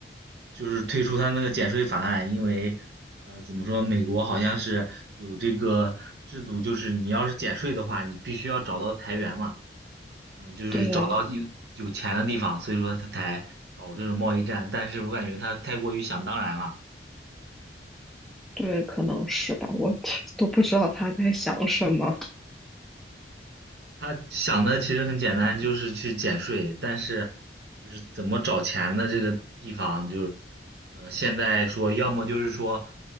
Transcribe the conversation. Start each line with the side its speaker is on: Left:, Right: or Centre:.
Right: 就是推出他那个减税法案，因为呃怎么说，美国好像是有这个制度，就是你要是减税的话，你必须要找到财源嘛，嗯，就是找到有有钱的地方，
Centre: 对
Right: 所以说他才搞这种贸易战，但是我感觉他太过于想当然了。
Centre: 对，可能是吧，我 <laughs> 都不知道他在想什么，
Right: 他想的其实很简单，就是去减税，但是就是怎么找钱的这个地方，就是呃，现在说要么就是说